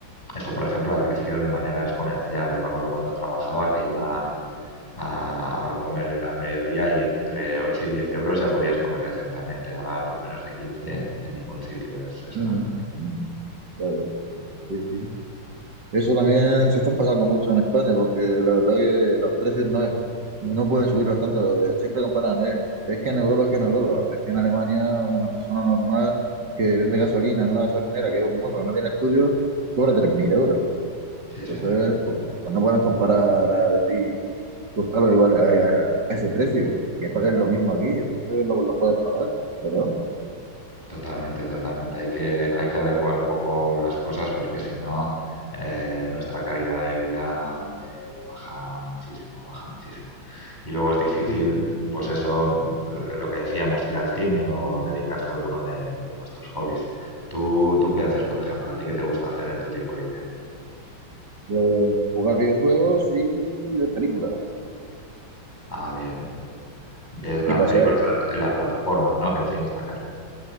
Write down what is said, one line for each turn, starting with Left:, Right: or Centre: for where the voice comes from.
Left: Eso, por ejemplo, ha crecido de manera exponencial. Yo me acuerdo cuando trabajaba que iba a a comer al mediodía y entre 8 y 10 euros ya podías comer decentemente. Ahora por menos de 15 en ningún sitio. Es, es
Right: ujú,
Left: una-
Right: ujú. Está bien, Sí, sí. Eso también se están pasando mucho en España, porque la verdad que los precios no es, no pueden subirlos tanto. Eh, Siempre comparan, eh, es que en Europa es que en Europa, es que en Alemania una persona normal que vende gasolina en una gasolinera, que es un mozo que no tiene estudios, cobra 3.000 euros.
Left: Sí,
Right: Entonces,
Left: sí.
Right: pues, pues no pueden comparar a decir, buscarlo igual a, a- a ese precio, que paguen lo mismo aquí, entonces lo, lo puedes pagar, ¿verdad?
Left: Totalmente, totalmente. Hay que, hay que adecuar un poco las cosas porque si no, eh, nuestra calidad de vida eh, baja muchísimo, baja muchísimo. Y luego es difícil,
Right: Sí, sí, sí.
Left: pues eso, eh, lo que decíamos, ir al cine o dedicarse a alguno de, de nuestros hobbies. ¿Tú, tú qué haces, por ejemplo? ¿A ti qué te gusta hacer en tu tiempo libre?
Right: De jugar videojuegos y ver películas.
Left: Ah, bien. Ves las
Right: Y pasear.
Left: películas en la- en las plataformas, ¿no? Que el cine está caro.